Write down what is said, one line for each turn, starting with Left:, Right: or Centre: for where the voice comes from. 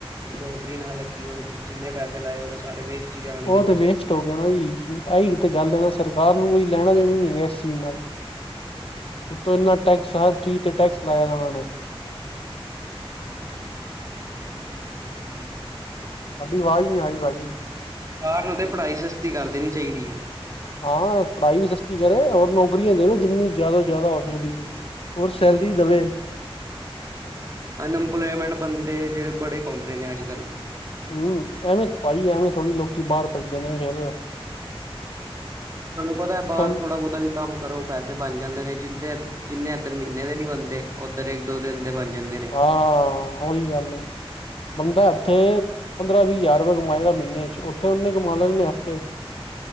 Right: ਨੌਕਰੀ ਨਾ ਲੱਗੀ, ਉਹ ਜਿੰਨੇ ਪੈਸੇ ਲਾਏ ਉਹ ਤਾਂ ਸਾਰੇ ਵੇਸਟ ਹੀ ਜਾਣਗੇ।
Left: ਉਹ ਤੇ, ਵੇਸਟ ਹੋ ਗਇਆ ਨੇ, ਜੀ ਆਹੀ ਗੱਲ ਦਾ ਸਰਕਾਰ ਨੂੰ, ਕੋਈ ਲੈਣਾ- ਦੇਣਾ ਨੀ ਹੈਗਾ ਇਸ ਚੀਜ਼ ਨਾਲ। ਉਤੋਂ ਇਨਾ ਟੈਕਸ ਹਰ ਚੀਜ਼ ਤੇ, ਟੈਕਸ ਲਾਇਆ ਉਹਨਾਂ ਨੇ।
Right: ਕਰਦੇ ਨੇ ਕੋਈ
Left: ਆਵਾਜ਼ ਨਹੀ ਆ ਰਹੀ ਭਾਜੀ।
Right: ਸਰਕਾਰ ਨੂੰ ਤੇ, ਪੜ੍ਹਾਈ ਸਸਤੀ ਕਰ ਦੇਣੀ ਚਾਹੀਦੀ ਏ।
Left: ਹਾਂ ਪੜ੍ਹਾਈ ਵੀ ਸਸਤੀ ਕਰੇ ਔਰ ਨੌਕਰੀਆਂ ਦੇਵੇ ਜਿੰਨੀ ਜ਼ਿਆਦਾ ਤ ਜ਼ਿਆਦਾ ਹੋ ਸਕਦੀ ਹੈ। ਔਰ ਸੈਲਰੀ
Right: ਹਾਂ,
Left: ਦੇਵੇ
Right: ਅਨਐੰਪਲੋਇਮੈਂਟ ਬੰਦੇ ਜਿਹੜੇ ਬੜੇ ਘੁੰਮਦੇ ਨੇ ਅੱਜ-ਕੱਲ
Left: ਹੂੰ, ਐਵੇਂ ਪਾਈ ਐਵੇਂ ਥੋੜ੍ਹੀ ਲੋਕੀ ਬਾਹਰ ਭੱਜਦੇ ਨੇ, ਫਿਰ
Right: ਤੁਹਾਨੂੰ ਪਤਾ ਹੈ, ਬਾਹਰ ਥੋੜਾ
Left: ਚ
Right: ਬਹੁਤਾ ਵੀ ਕੰਮ ਕਰੋ ਪੈਸੇ ਬਣ ਜਾਂਦੇ ਨੇ। ਜਿੱਦੇ ਜਿੰਨੇ ਇੱਧਰ ਮਹੀਨੇ ਦੇ ਨੀ ਬਨਦੇ, ਉੱਧਰ ਇੱਕ- ਦੋ ਦਿਨ ਦੇ ਬਣ ਜਾਂਦੇ ਨੇ।
Left: ਹਾਂ, ਉਹੀ ਗੱਲ ਏ, ਬੰਦਾ ਉੱਥੇ ਪੰਦਰਾਂ- ਵੀਹ ਹਜ਼ਾਰ ਰੁਪਏ ਕਮਾਏਗਾ ਮਹੀਨੇ'ਚ ਉੱਥੇ ਉਹਨੇ ਕਮਾ ਲੈਂਨੇ ਹਫ਼ਤੇ